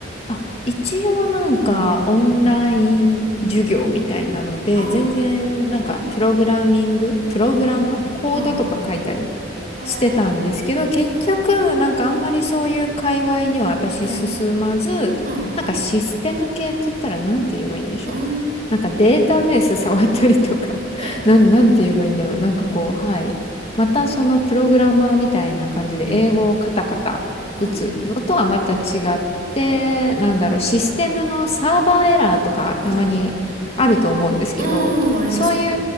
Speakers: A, on the left; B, on the right.
A: あ一応なんかオンライン授業みたいなので、
B: うん、うん。ああ、
A: 全然なんかプログラミング、
B: うん、う
A: プログラマー、
B: ん、うん、うん、うん。
A: コードとか書いたり
B: うんへえ、
A: してたんですけど、結局なんかあんまりそういう界隈には私進まず、
B: うん、うん、うん。
A: なんかシステム系って言ったらなんて言えばいいんでしょう。
B: うん
A: なんかデータベース触ったりとか、
B: へえ、
A: <laughs> なん、なんて言えばいいんだろう。なんかこう、はい。またそのプログラマーみたいな感じで英語をカタカタ打つのとはまた違っで、
B: うん、うん、うん、うん、うん。お
A: なんだろう、システムのサーバーエラーとかたまにあると思うんですけど、
B: ー、うん、うん、うん。うん、あります。
A: そうい